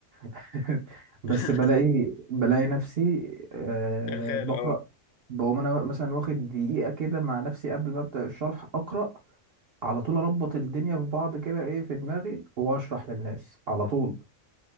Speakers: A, on the right; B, on the left.
A: <laughs> بس
B: <laughs>
A: بلاقي بلاقي نفسي آه،
B: شغال
A: بقرا
B: اه
A: بقوم انا مثلا واخد دقيقه كده مع نفسي قبل ما ابدا الشرح اقرا على طول اربط الدنيا في بعض كده ايه في دماغي واشرح للناس على طول